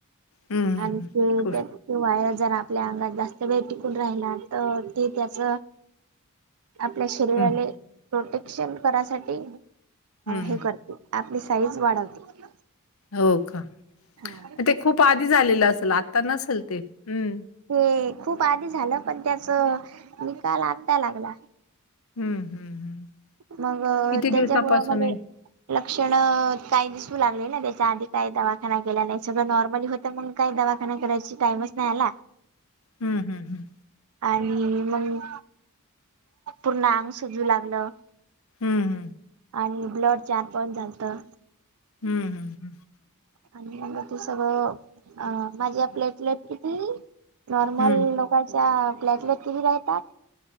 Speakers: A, on the left (about 65°); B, on the right (about 80°).
A: हं,
B: आणखी
A: खूप
B: त्यांत किंवा वायरस जरं आपल्या आंंगात जास्तं वेळ टिकूंन राहिला तरं ते त्यांच आपल्या शरीराले
A: हं,
B: प्रोटेक्शन करांयसाठी
A: हं.
B: हे करतं आपली साईज वाढवते.
A: हो.. कां
B: हा
A: ते खूंप आंधी झालेलं असेल आंता नसेल ते हम्मं
B: हे खूंप आंधी झालं पणं त्यांचं निकांल आंत्ता लागंला
A: हं, हं, हं.
B: मंग..
A: किती
B: त्यांच्यामुळे
A: दिवसापासून
B: मध्यें
A: आहे?
B: लक्षणं कांहीं दिसूं लागले नां त्यांच्या आंधी कांहीं दवाखांना गेलां नाहीं सगळं नॉर्मली होतं. तरं मंग कांहीं दवाखांना करांयची टाईमयचं नाहीं आंला
A: हम्मं हम्मं हम्मं
B: आणि.. मगं पूर्ण अंग सुंजवूं लागलं.
A: हम्मं
B: आणि ब्लड चार पाईट झालतं.
A: हम्मं हम्मं हम्मं
B: आणि मंग ते सगळं अं.. माझी प्लेटलेट किती? नॉर्मल
A: हं,
B: लोकांच्या प्लॅटलेट किती राहतांत?